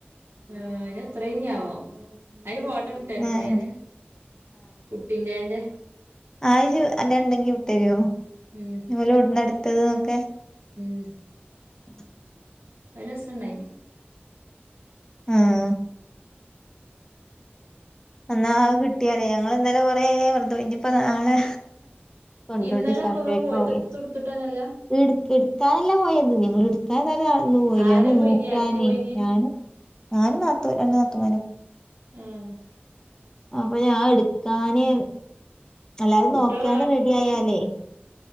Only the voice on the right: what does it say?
ആർ എത്ര ഇന ആവാം പട്ട മുട്ടട്ട്
ഞാന് കുട്ടിന്റെ എറെ
ഉം
ഏ <unintelligible>
ഒരു രസം ഇണ്ടായിന്
ഇന്നലെ
ഇപ്പ ഇങ്ങള് പോയിട്ട്
എത്തും എടുത്തിട്ടന്നല്ല
ആരെ
പോയിനി ആരൊക്കെ പോയിനി
ഉഹ
കുട്ടികളെ
ഇവിടാക്കി
പോവേ